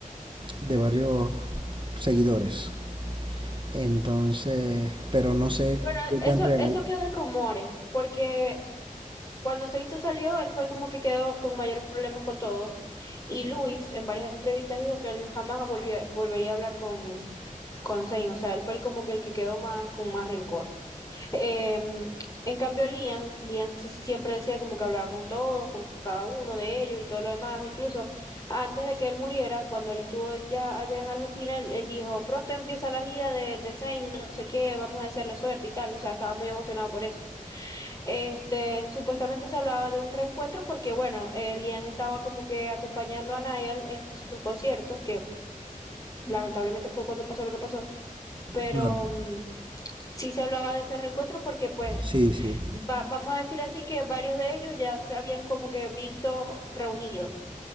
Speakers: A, on the right; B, on the left.
A: mm, de varios seguidores. Entonces, pero no sé
B: Bueno,
A: qué
B: eso,
A: tan real.
B: eso quedó en rumores, porque cuando Sainz se salió, él fue como que quedó con mayores problemas con todo. Y Luis, en varias entrevistas, dijo que él jamás volvió- volvería a hablar con, con Sainz. O sea, él fue el como que el que quedó más con más rencor. Em, en cambio, Liam, Liam sí siempre decía como que hablaba con todos, con cada uno de ellos y todo lo demás. Incluso antes de que él muriera, cuando él estuvo ya allá en Argentina, él, él dijo, pronto empieza la gira de, de Zayn, no sé qué, vamos a desearle suerte y tal. O sea, estaba muy emocionado por eso. Este, supuestamente se hablaba de un reencuentro porque, bueno, eh, Liam estaba como que acompañando a Niall en su concierto, que lamentablemente fue cuando pasó lo que pasó, pero...
A: Claro,
B: mm, Sí se hablaba de ese reencuentro porque pues
A: sí, sí,
B: va- vamos a decir así que varios de ellos ya se habían como que visto reunidos